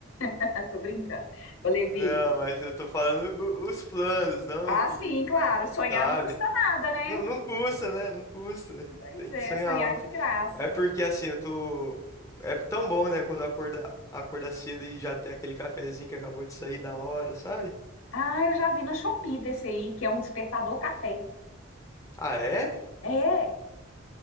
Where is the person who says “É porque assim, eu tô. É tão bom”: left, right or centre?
Left